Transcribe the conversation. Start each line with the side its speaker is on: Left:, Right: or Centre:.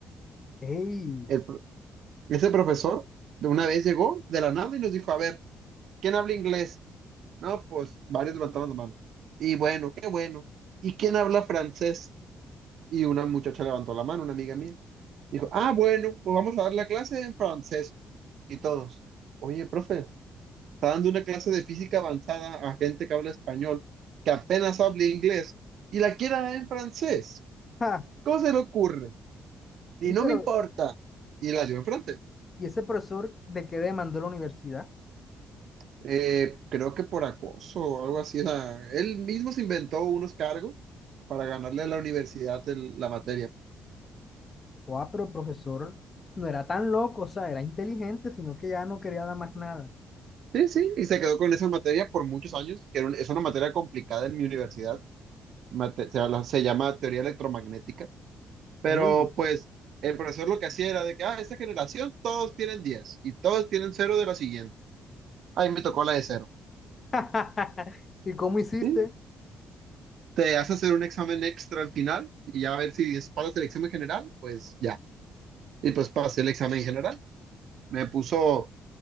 Left: ey,
Right: El pro- ese profesor de una vez llegó de la nada y nos dijo, a ver, ¿quién habla inglés? No, pues varios levantaban la mano. Y bueno, qué bueno. ¿Y quién habla francés? Y una muchacha levantó la mano, una amiga mía. Dijo, ah, bueno, pues vamos a dar la clase en francés. Y todos, oye, profe, está dando una clase de física avanzada a gente que habla español, que apenas habla inglés, y la quiere dar en francés.
Left: ja,
Right: ¿Cómo se le ocurre? Y
Left: ey,
Right: no
Left: pero,
Right: me importa. Y la dio en francés.
Left: ¿y ese profesor de qué demandó la universidad?
Right: Eh, creo que por acoso o algo así. o sea, él mismo se inventó unos cargos para ganarle a la universidad el- la materia.
Left: O ah, pero el profesor no era tan loco, o sea, era inteligente, sino que ya no quería nada más nada.
Right: Sí, sí, y se quedó con esa materia por muchos años, que era un- es una materia complicada en mi universidad, mate- se, habla- se llama teoría electromagnética, pero
Left: Uy,
Right: pues el profesor lo que hacía era de que, ah, esta generación todos tienen 10 y todos tienen cero de la siguiente. Ahí me tocó la de cero.
Left: <laughs> ¿y cómo hiciste?
Right: Sí, Te hace hacer un examen extra al final y ya a ver si es- pasas el examen general, pues ya. Y pues pasé el examen general. Me puso,